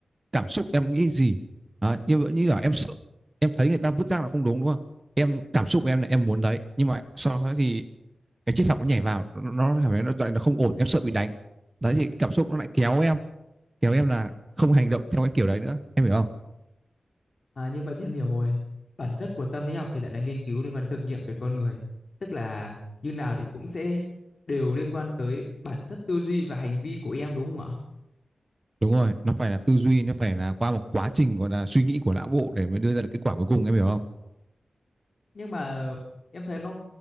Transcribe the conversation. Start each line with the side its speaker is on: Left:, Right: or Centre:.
Right: cảm xúc em nghĩ gì Đấy, như vậy như là em sợ em thấy người ta vứt rác là không đúng đúng không em cảm xúc của em là em muốn đấy nhưng mà sau đó thì cái triết học nó nhảy vào nó, nó cảm thấy nó, nó, nó không ổn em sợ bị đánh đấy thì cảm xúc nó lại kéo em kéo em là không hành động theo cái kiểu đấy nữa em hiểu không
Left: À, như vậy thì em hiểu rồi. Bản chất của tâm lý học thì lại là nghiên cứu liên quan đến thực nghiệm về con người. Tức là như nào thì cũng sẽ đều liên quan tới bản chất tư duy và hành vi của em đúng không ạ?
Right: đúng rồi nó phải là tư duy nó phải là qua một quá trình gọi là suy nghĩ của não bộ để mới đưa ra được kết quả cuối cùng em hiểu không
Left: Nhưng mà em thấy nó